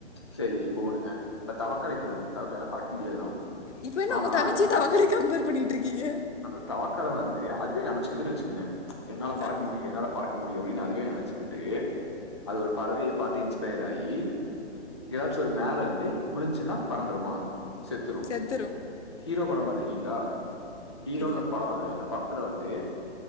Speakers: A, on the left; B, on the left.
A: சேரி இப்போ விடுங்க இந்த தவக்கலைக்கு வந்து தவக்கலை பறக்க முடியாதுதான்
B: இப்ப என்ன
A: ஆனா
B: உங்க தங்கச்சி
A: அந்த
B: தவக்கலைய கம்பேர் பண்ணிட்ருக்கீங்க
A: அந்த தவக்கலை வந்து அதுவே நினைச்சுக்குதுன்னு வச்சு ங்க என்னால் பறக்க
B: ஆ
A: முடியும் என்னால் பறக்க முடியும் அப்படின்னு அதுவே நினைச்சு டே அது ஒரு பறவைய பார்த்து இன்ஸ்பயர் ஆகி ஏதாச்சும் ஒரு மேல இருந்து விழஞ்சுன்னா பறந்துடுமா செத்துரும்
B: செத்துரு
A: ஹீரோ படம் பார்த்த இருக்கா ஹரோ
B: இல்ல
A: ஒரு படம் வந்தது அந்த படத்துல வந்து